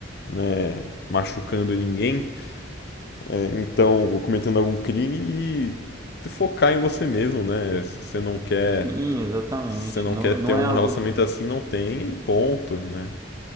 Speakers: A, on the left (about 55°); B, on the right (about 15°).
A: né, machucando ninguém, é, então, ou cometendo algum crime e focar em você mesmo, né? Se você não quer
B: Sim, exatamente.
A: se você não
B: Não,
A: quer ter
B: não
A: um
B: é algo
A: relacionamento assim, não tenha e ponto, né?